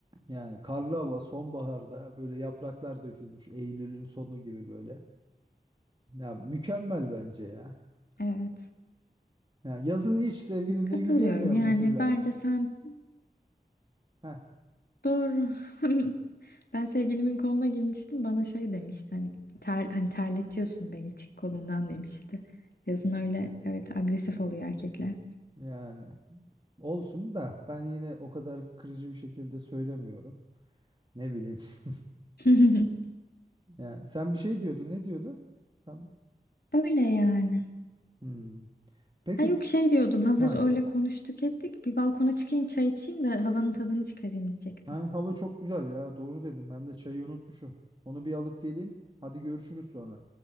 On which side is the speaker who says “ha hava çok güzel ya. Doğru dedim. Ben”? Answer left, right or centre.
Right